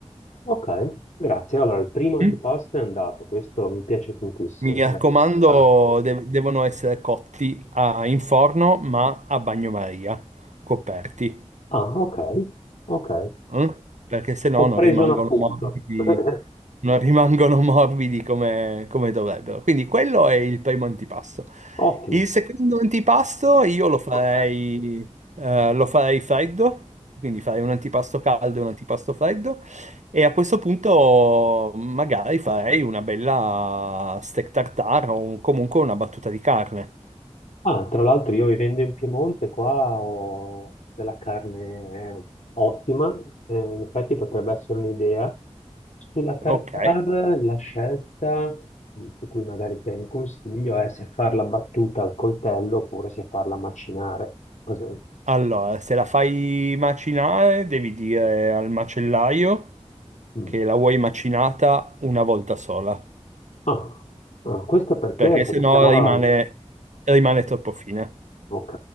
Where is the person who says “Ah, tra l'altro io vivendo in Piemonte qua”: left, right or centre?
Left